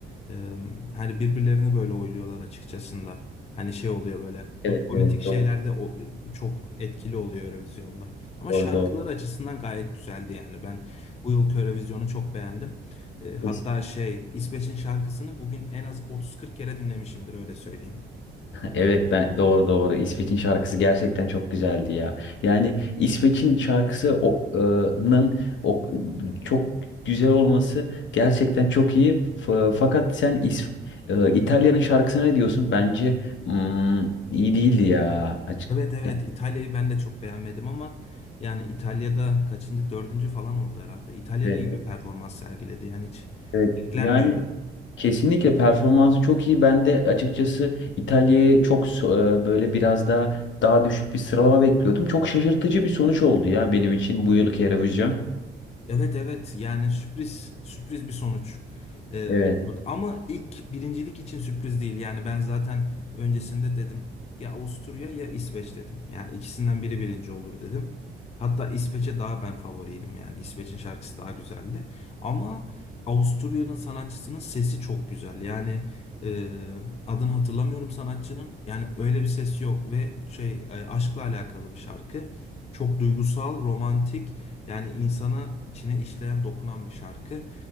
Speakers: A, on the left; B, on the left.
A: E, hani birbirlerini böyle oyluyorlar açıkçası. Hani şey oluyor böyle.
B: Evet
A: Bu politik
B: evet
A: şeyler
B: doğru.
A: de o- çok etkili oluyor Eurovision'da. Ama
B: Doğru
A: şarkılar
B: doğru.
A: açısından gayet güzeldi yani. Ben bu yılki Eurovision'u çok beğendim. E, hatta
B: Evet.
A: şey İsveç'in şarkısını bugün en az 30-40 kere dinlemişimdir öyle söyleyeyim.
B: Evet ben doğru doğru. İsveç'in şarkısı gerçekten çok güzeldi ya. Yani İsveç'in şarkısı o, e, nın o, çok güzel olması gerçekten çok iyi. F- fakat sen İs- e, İtalya'nın şarkısına ne diyorsun? Bence mm, iyi değildi ya. Açık.
A: Evet evet
B: Yani,
A: İtalya'yı ben de çok beğenmedim ama yani İtalya'da kaçıncı dördüncü falan oldu herhalde. İtalya'da
B: evet,
A: iyi bir performans sergiledi yani hiç
B: evet.
A: beklenmiyordu.
B: Yani Kesinlikle performansı çok iyi. Ben de açıkçası İtalya'yı çok so- e, böyle biraz daha daha düşük bir sıralama bekliyordum. Çok şaşırtıcı bir sonuç oldu ya benim için bu yılki Eurovision.
A: Evet evet yani sürpriz sürpriz bir sonuç e,
B: Evet.
A: oldu. Ama ilk birincilik için sürpriz değil. Yani ben zaten öncesinde dedim ya Avusturya ya İsveç dedim. Yani ikisinden biri birinci olur dedim. Hatta İsveç'e daha ben favoriydim yani İsveç'in şarkısı daha güzeldi. Ama Avusturya'nın sanatçısının sesi çok güzel. Yani e, adını hatırlamıyorum sanatçının. Yani öyle bir ses yok ve şey e, aşkla alakalı bir şarkı. Çok duygusal, romantik. Yani insana içine işleyen, dokunan bir şarkı.